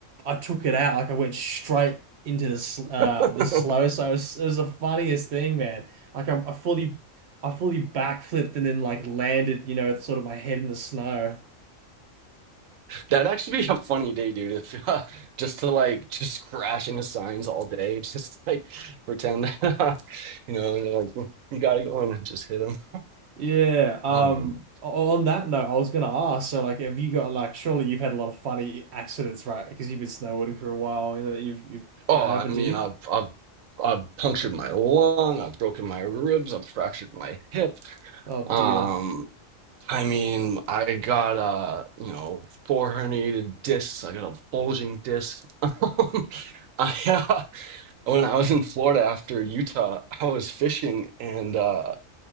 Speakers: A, on the right (about 60°); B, on the right (about 80°).
A: I took it out like I went straight into the sl-
B: <laughs>
A: uh the slow. So it was, it was the funniest thing, man. Like I, I fully, I fully backflipped and then like landed, you know, it's sort of my head in the snow.
B: That'd actually be a funny day, dude. If <laughs> uh, just to like just crash into signs all day, <laughs> just like pretend <laughs> you know, and like you gotta go in and just hit them.
A: Yeah. Um.
B: Um,
A: o- On that note, I was gonna ask. So like, have you got like? Surely you've had a lot of funny accidents, right? Because you've been snowboarding for a while. You know that you've you've
B: oh,
A: uh, happened
B: I mean,
A: to you.
B: I've I've I've punctured my lung, I've broken my ribs, I've fractured my hip.
A: Oh
B: Um,
A: dear.
B: I mean, I got uh, you know, four herniated discs. I got a bulging disc. <laughs> I uh, when I was in Florida after Utah, I was fishing and. uh